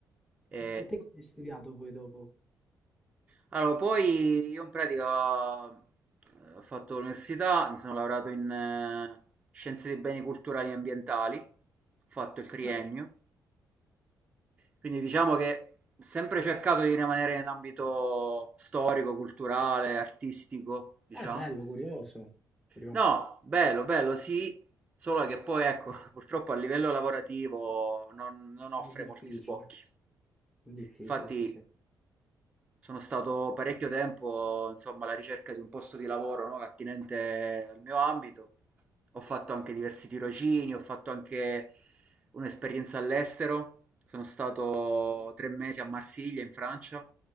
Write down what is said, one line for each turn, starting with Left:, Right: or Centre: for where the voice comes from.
Right: E
Centre: E te cosa hai studiato poi dopo?
Right: Allora, poi io in pratica eh, ho fatto l'università, mi sono laureato in eh, scienze dei beni culturali e ambientali, ho fatto il triennio,
Centre: No,
Right: quindi diciamo che ho sempre cercato di rimanere in ambito storico, culturale, artistico, diciamo.
Centre: È bello, curioso, curioso.
Right: No, bello, bello, sì, solo che poi ecco, <laughs> purtroppo a livello lavorativo non, non offre
Centre: È difficile,
Right: molti sbocchi.
Centre: difficile,
Right: Infatti
Centre: sì, sì.
Right: sono stato parecchio tempo, insomma, alla ricerca di un posto di lavoro, no, attinente al mio ambito. Ho fatto anche diversi tirocini, ho fatto anche un'esperienza all'estero. Sono stato tre mesi a Marsiglia, in Francia.